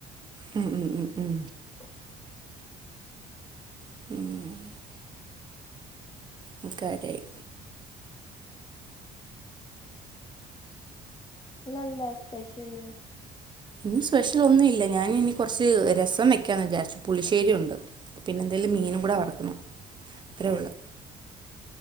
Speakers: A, on the right; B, on the left.
A: ഉം ഉം ഉം ഉം
B: <inaudible>
A: ഉം അത് കാര്യമായി
B: ഇന്ന് എന്താ സ്പെഷ്യല്
A: ഇന്ന് സ്പെഷ്യൽ ഒന്നും ഇല്ല ഞാൻ ഇനി കുറച്ച് രസം വെക്കാന്ന് വിചാരിച്ചു പുളിശ്ശേരി ഉണ്ട് പിന്നെ എന്തേങ്കലും മീൻ കൂടെ വറുക്കണം അത്രേ ഉള്ളൂ